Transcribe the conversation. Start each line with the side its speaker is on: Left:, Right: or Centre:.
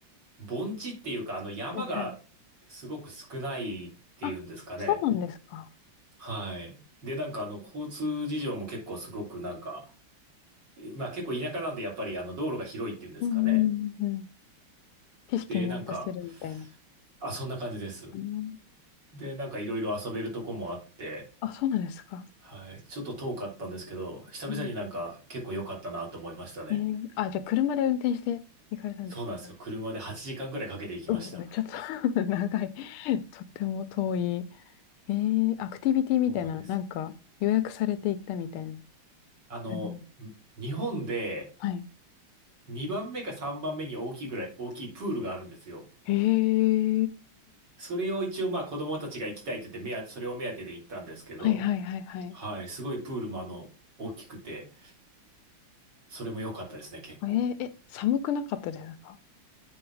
Right: 盆地っていうか、あの山がすごく少ないっていうんですかね。
Left: はいはい。あ、そうなんですか。
Right: はい。で、なんかあの、交通事情も結構すごくなんか、えまあ結構田舎なんでやっぱりあの、道路が広いっていうんですかね。
Left: うんうんうん。景色見渡せるみたいな。
Right: で、なんか、あ、そんな感じです。
Left: うん
Right: で、なんかいろいろ遊べるとこもあって、
Left: あ、そうなんですか。
Right: はい。ちょっと遠かったんですけど、久々になんか結構良かったなと思いましたね。
Left: うんえー、あ、じゃあ車で運転して行かれたんですか
Right: そうなんですよ。車で8時間ぐらいかけて行きました。
Left: うん、うん <laughs> ちょっと <laughs> 長い。とっても遠い。えー、アクティビティみたいな、
Right: そうなんです。
Left: なんか予約されていったみたいな
Right: あの、
Left: 感じ。
Right: ん日本で
Left: はい。
Right: 2番目か3番目に大きいぐらい、大きいプールがあるんですよ。
Left: へえ
Right: それを一応まあ子供たちが行きたいって言って目当それを目当てで行ったんですけど、
Left: はいはいはいはい。
Right: はい。すごいプールもあの、大きくて、それも良かったですね、結構。
Left: えー、え、寒くなかったですか